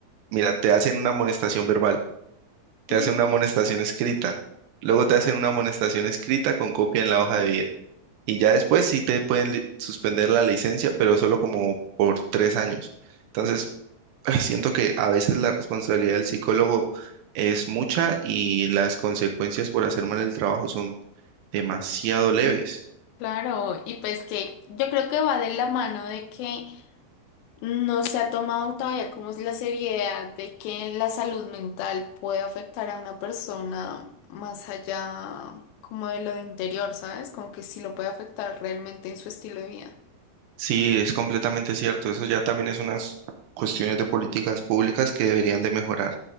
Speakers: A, on the right; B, on the left.
A: mira, te hacen una amonestación verbal te
B: Ok.
A: hacen una amonestación escrita. Luego te hacen una amonestación escrita con copia en la hoja de vida. Y ya después sí te pueden li- suspender la licencia, pero solo como por tres años. Entonces, ah, siento que a veces la responsabilidad del psicólogo es mucha y las consecuencias por hacer mal el trabajo son demasiado leves.
B: Claro, y pues que yo creo que va de la mano de que no se ha tomado todavía como es la seriedad de que la salud mental puede afectar a una persona más allá como de lo interior, ¿sabes? Como que sí lo puede afectar realmente en su estilo de vida.
A: Sí, es completamente cierto. Eso ya también es unas cuestiones de políticas públicas que deberían de mejorar